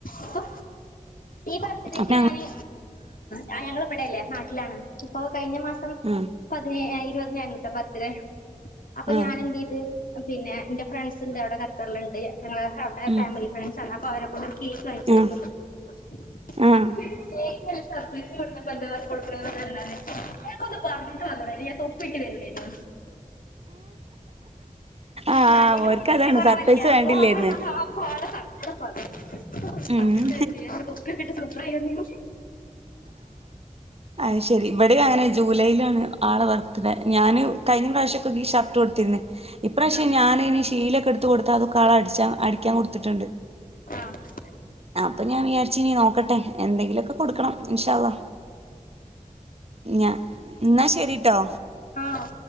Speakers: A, on the left (about 75°); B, on the right (about 45°).
A: ഇപ്പൊ ഈ ബർത്ത്ഡേക്ക്
B: അപ്പ
A: ഞാന് ഞങ്ങ ഇവിടെല്ലേ നാട്ടിലാണ് അപ്പൊ കഴിഞ്ഞ മാസം
B: ഉം
A: പതിനേഴായിര ഇരുപതിനായിരുന്ന് പത്തില് അപ്പൊ
B: ആഹ്
A: ഞാൻ എന്തെയ്ത് പിന്നെ ഇന്റെ ഫ്രണ്ട്സ്ണ്ട് അവിടെ ഖത്തർല്ണ്ട് ഞങ്ങളെ അവിടെ
B: ഉം
A: ഫാമിലി ഫ്രണ്ട്സ് ആഹ് അപ്പൊവരെ കൊണ്ട് ഒരു കേക്ക് വാങ്ങിച്ചൊടുത്തു
B: ആഹ്
A: <inaudible>
B: ആഹ്
A: കേക്ക് സർപ്രൈസ് <unintelligible> ഓൽക്കൊന്ന് പറഞ്ഞിട്ട് വന്നൂടെ ഞ തൊ <unintelligible>
B: ആഹ്
A: തലേല്
B: ഓര്ക്കതാണ്
A: മുടി കൊറവല്ലേ
B: സർപ്രൈസ്
A: അപ്പൊ
B: വേണ്ടില്ലേര്ന്ന്
A: ഓളെ സങ്കടം പറയെന്റെടുത്ത് പറ
B: ഉം
A: ഗക്കിട്ട് സൂപ്പറായി വന്നീനു
B: അത്ശെരി ഇവിടെയും അങ്ങനെ ജൂലൈലാണ് ആളെ ബർത്ത്ഡേ ഞാന് കഴിഞ്ഞ പ്രാവശ്യം ഷർട്ട് കൊടുത്തിര്ന്ന് ഇപ്രാവശ്യം
A: ആ
B: ഞാനയിന് ശീല ക്കെട്ത്ത് കൊടുത്ത അത് ആളടിച്ചാ അടിക്കാൻ കൊടുത്തിട്ട്ണ്ട്
A: ആഹ്
B: അപ്പൊ ഞാൻ വിചാരിച്ചിനീ നോക്കട്ടെ എന്തെങ്കിലൊക്കെ കൊടുക്കണം ഇൻഷാ അള്ളാ ഞാ ഇന്നാ ശരിട്ടോ.
A: ആഹ്